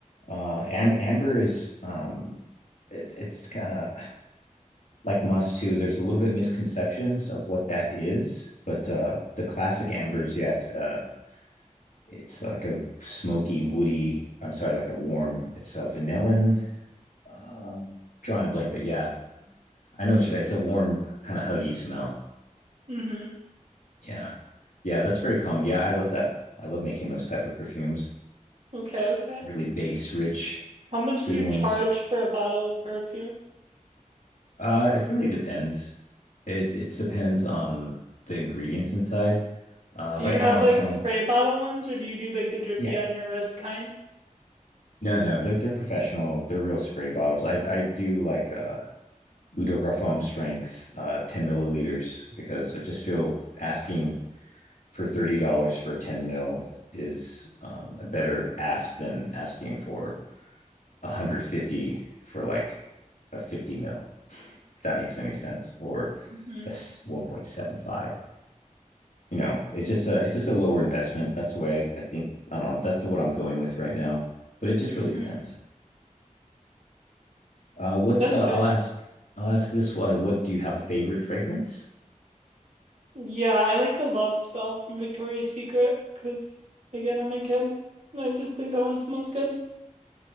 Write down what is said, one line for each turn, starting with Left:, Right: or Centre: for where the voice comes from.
Left: uh am- amber is um it, it's kind of like musk too, there's a little bit misconceptions of what that is, but uh, the classic ambers, yeah, it's uh, it's like a smoky, woody. I'm sorry, like a warm. It's a vanillin. Um, drawing a blank, but yeah, I know what you're saying. It's a warm kind of huggy smell.
Right: Mm-hmm.
Left: Yeah, yeah, that's very common. Yeah, I love that. I love making those type of perfumes.
Right: Okay, okay.
Left: Really base rich,
Right: How much
Left: good
Right: do
Left: ones.
Right: you charge for a bottle of perfume?
Left: Uh, it really depends. It it depends on the ingredients inside. Uh,
Right: Do you
Left: right
Right: have
Left: now,
Right: like
Left: selling.
Right: spray bottle ones or do you do like the drippy
Left: Yeah,
Right: on your wrist kind?
Left: No, no, they're they're professional. They're real spray bottles. I I do like uh Eau de Parfum strength, uh 10 milliliters because I just feel asking for $30 for 10 mil is um a better ask than asking for 150 for like a 50 mil, if that makes any sense, or
Right: Mm-hmm.
Left: a s- 1.75. You know, it's just a it's just a lower investment. That's the way I, I think I don't know, that's what I'm going with right now. But it just
Right: Mm-hmm.
Left: really depends. Uh, what's
Right: That's
Left: uh,
Right: good.
Left: I'll ask I'll ask this one. What do you have a favorite fragrance?
Right: Yeah, I like the love spell from Victoria's Secret because again, I'm a kid and I just think that one smells good.